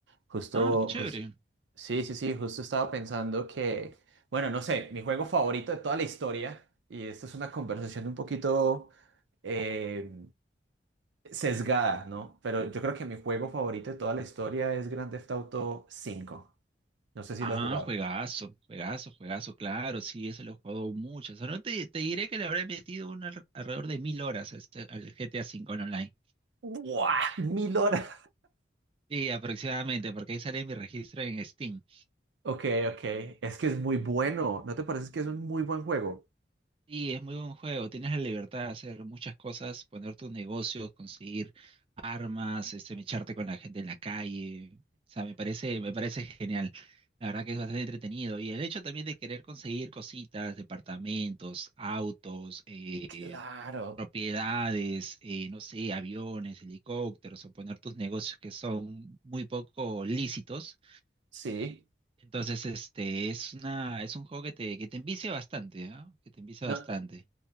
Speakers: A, on the right; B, on the right.
A: Justo,
B: Ah, qué chévere.
A: jus- sí, sí, sí, justo estaba pensando que, bueno, no sé, mi juego favorito de toda la historia, y esto es una conversación un poquito eh, sesgada, ¿no? Pero yo creo que mi juego favorito de toda la historia es Grand Theft Auto 5. No sé si
B: Ah,
A: lo has jugado.
B: juegazo, juegazo, juegazo, claro, sí, eso lo he jugado mucho. O sea, no te, te diré que le habré metido un al- alrededor de mil horas a este- al GTA V en online.
A: ¡Buah! Mil horas.
B: Sí, aproximadamente, porque ahí sale mi registro en Steam.
A: Ok, ok. Es que es muy bueno. ¿No te parece que es un muy buen juego?
B: Sí, es muy buen juego. Tienes la libertad de hacer muchas cosas, poner tus negocios, conseguir armas, este, mecharte con la gente en la calle. O sea, me parece, me parece genial. La verdad que es bastante entretenido. Y el hecho también de querer conseguir cositas, departamentos, autos, eh,
A: Claro.
B: propiedades, eh, no sé, aviones, helicópteros, o poner tus negocios que son muy poco lícitos.
A: Sí.
B: Entonces, este, es una, es un juego que te, que te envicia bastante, ¿ah? Que te envicia
A: No,
B: bastante.